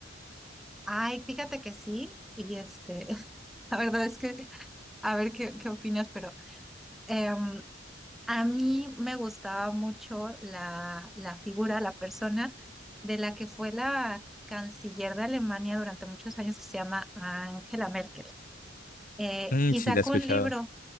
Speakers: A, in the centre; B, on the left.
A: Ay, fíjate que sí, y este, <laughs> la verdad es que, a ver qué, qué opinas, pero em, A mí me gustaba mucho la, la figura, la persona de la que fue la canciller de Alemania durante muchos años, que se llama Angela Merkel. Eh,
B: Mm,
A: y
B: sí,
A: sacó
B: la he escuchado.
A: un libro,